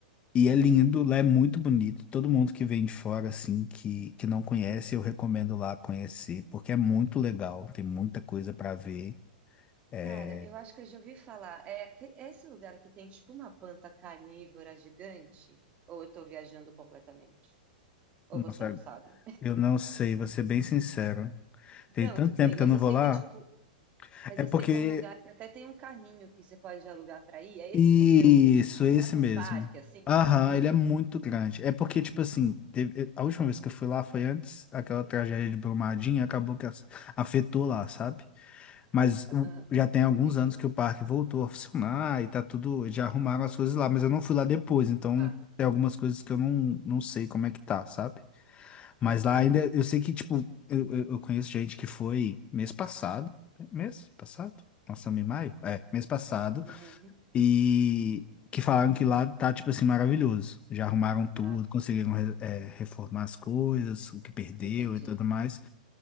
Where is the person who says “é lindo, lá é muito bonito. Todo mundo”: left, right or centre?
Left